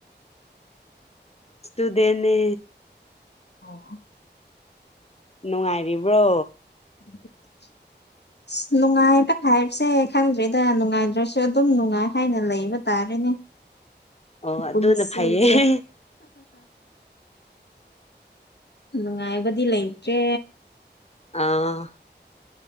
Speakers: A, on the left; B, on the left.
A: ꯨꯗꯦꯅꯦ
B: ꯑꯣ
A: ꯅꯨꯡꯉꯥꯏꯔꯤꯕ꯭ꯔꯣ
B: <inaudible> ꯑꯁ ꯅꯨꯡꯉꯥꯏꯕ ꯍꯥꯏꯕꯁꯦ ꯈꯪꯗ꯭ꯔꯤꯗ ꯅꯨꯡꯉꯥꯏꯗ꯭ꯔꯁꯨ ꯑꯗꯨꯝ ꯅꯨꯡꯉꯥꯏ ꯍꯥꯏꯅ ꯂꯩꯕ ꯇꯥꯔꯦꯅꯦ
A: ꯑꯣ
B: ꯄꯨꯟꯁꯤꯁꯦ
A: ꯑꯗꯨꯅ ꯐꯩꯌꯦ
B: ꯅꯨꯡꯉꯥꯏꯕꯗꯤ ꯂꯩꯇ꯭ꯔꯦ
A: ꯑꯥ